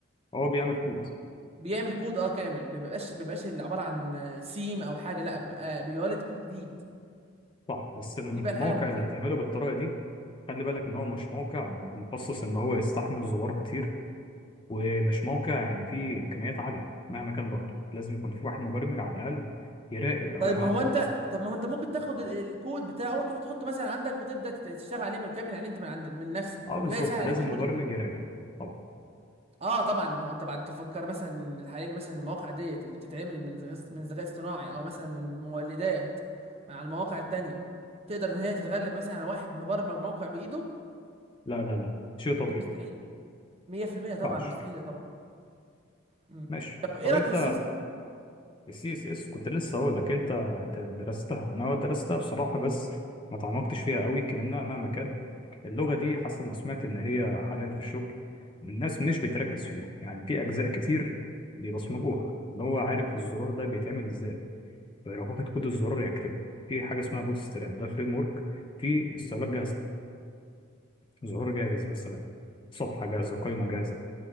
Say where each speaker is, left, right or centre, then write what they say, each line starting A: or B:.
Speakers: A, on the left; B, on the right.
A: هو بيعمل كود
B: بيعمل كود اه كامل ما بيبقاش ما بيبقاش اللي عباره عن سيم او حاجه لا بيبقى بيولد كود جديد
A: صح بس الم-
B: دي بقى
A: الموقع
B: الحاجه المختلفه
A: اللي هتعمله بالطريقه دي خلي بالك ان هو مش موقع م- مخصص ان هو يستحمل زوار كتير ومش موقع يعني فيه امكانيات عاليه مهما كان برضه لازم يكون في واحد مبرمج على الاقل يراقب او
B: طيب
A: يعدل
B: ما هو انت طب ما هو انت ممكن تاخد ال- الكود بتاعه وتروح تحطه مثلا عندك وتبدا تت- تشتغل عليه بكامل عليه انت من عند من نفسك
A: اه
B: ويبقى
A: بالظبط
B: كده يسهل عليك
A: لازم
B: شغل
A: مبرمج
B: كتير
A: يراجع طبعا
B: اه طبعا ما هو انت بعد انت تفكر مثلا حاليا مثلا المواقع ديت اللي بتتعمل من ذكاء من ذكاء اصطناعي او مثلا من مولدات مع المواقع التانية تقدر ان هي تتغلب مثلا على واحد مبرمج موقع بايده
A: لا لا لا شيء طبيعي
B: دي مستحيله 100% طبعا
A: ما ينفعش
B: مستحيله طبعا مم.
A: ماشي
B: طب ايه
A: طب
B: رايك
A: انت
B: في السي اس
A: السي اس اس كنت لسه هقول لك انت انت درستها انا درستها بصراحه بس ما تعمقتش فيها قوي كمان مهما كان اللغة دي حاسة أنا سمعت إن هي حاليا في الشغل الناس مش بتركز فيها يعني في أجزاء كتير بيبصمجوها اللي هو عارف الزرار ده بيتعمل إزاي فيروح واخد كود الزرار يكتبه في حاجة اسمها بوت ستراب ده فريم ورك في استهلاك جاهزة زرار جاهز مثلا صفحة جاهزة قائمة جاهزة